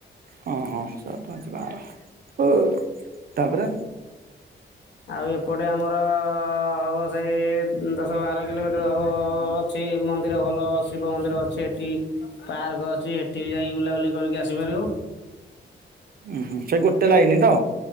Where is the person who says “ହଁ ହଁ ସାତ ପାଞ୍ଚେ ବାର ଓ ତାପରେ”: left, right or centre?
Right